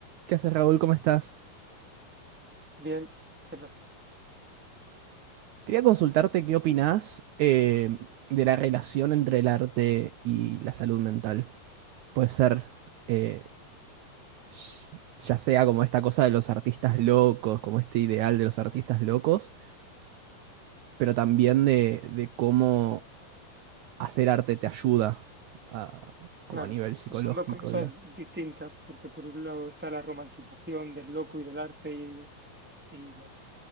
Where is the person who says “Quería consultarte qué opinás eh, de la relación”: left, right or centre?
Right